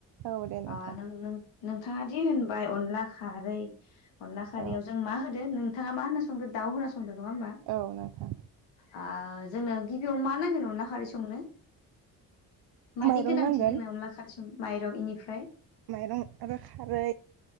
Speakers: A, on the right; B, on the left.
A: औ दे नोंथां
B: ओ नों-नों-नोंथाङादि होन बाय अनला खारै। अनला खारियाव
A: औ
B: जों मा होदो नों थाङा मा होनना संदों दाउ होना सं <unintelligible> नङा होनबा
A: औ नोंथां
B: आ। जों <inaudible> गिबियाव मा नांगौनो अनला खारै संनो? मानि
A: माइरं
B: गोनांथि
A: नांगोन
B: जोंनो अनला खारै संनो माइरं इनिफ्राय
A: माइरं आरो खारै।